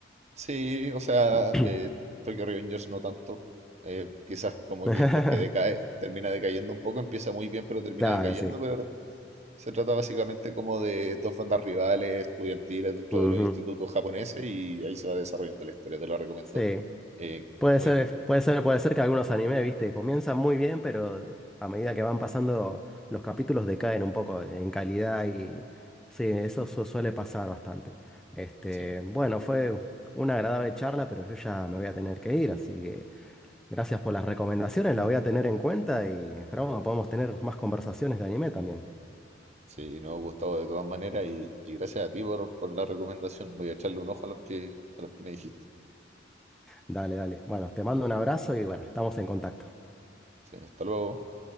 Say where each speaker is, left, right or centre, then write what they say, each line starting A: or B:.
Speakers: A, on the right; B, in the centre.
A: Sí, o sea,
B: <clears throat>
A: eh, Tokyo Revengers no tanto. Eh, quizás como
B: <laughs>
A: que porque decae, termina decayendo un poco, empieza muy bien, pero termina
B: Claro,
A: decayendo,
B: sí.
A: pero se trata básicamente como de dos bandas rivales estudiantiles dentro
B: Ujú.
A: de los institutos japoneses y ahí se va desarrollando la historia, te la recomiendo.
B: Sí.
A: Eh,
B: Puede
A: muy
B: ser,
A: bien,
B: puede ser, puede ser que algunos animes, viste, comienzan muy bien, pero a medida que van pasando los capítulos decaen un poco en calidad y sí, eso su- suele pasar bastante. Este,
A: sí,
B: bueno, fue una agradable charla, pero yo ya me voy a tener que ir, así que gracias por las recomendaciones, la voy a tener en cuenta y esperamos que podamos tener más conversaciones de anime también.
A: sí, nos ha gustado de todas maneras y, y gracias a ti por, por la recomendación. Voy a echarle un ojo a los que, a los que me dijiste.
B: Dale, dale. Bueno, te mando un abrazo y bueno, estamos en contacto.
A: Sí, hasta luego.